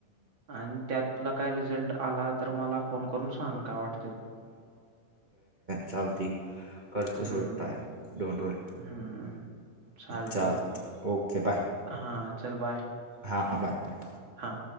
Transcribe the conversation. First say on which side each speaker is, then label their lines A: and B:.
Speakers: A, on the right; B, on the right.
A: आणि त्यातुला काय रिझल्ट आला तर मला फोन करून सांग का वाट
B: चालते करतो
A: हम्म
B: सोड ट्राय डोंट वरी
A: हम्म चालतंय
B: चालते ओके बाय
A: हा चल बाय
B: हां हां बाय
A: हां